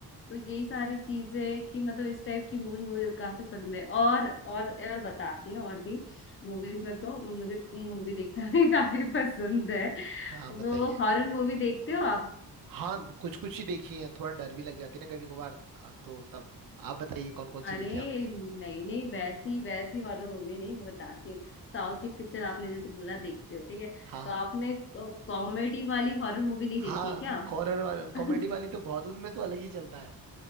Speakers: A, on the left; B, on the right.
A: तो यही सारी चीजें कि मतलब इस टाइप की मूवी मुझे काफी पसंद है और और और बताती हूँ और भी मूवीज में तो मुझे मूवी देखना भी <laughs> काफी पसंद है
B: हाँ
A: वो
B: बताइए
A: हॉरर मूवी देखते हो आप
B: हाँ कुछ कुछ ही देखी है थोड़ा डर भी लग जाती है ना कभी कभार आ, तो तब आप बताइए कौन कौन
A: अरे
B: सी देखी आपने
A: नहीं नहीं वैसी वैसी हॉरर मूवी नहीं मैं बताती हूँ साउथ की पिक्चर आपने जैसे बोला देखते हो ठीक है
B: हाँ
A: तो
B: हाँ
A: आपने कॉमेडी वाली हॉरर मूवी नहीं
B: हाँ
A: देखी है क्या
B: कॉरर वाला
A: <laughs>
B: कॉमेडी वाली तो बहुत उनमें तो अलग ही चलता है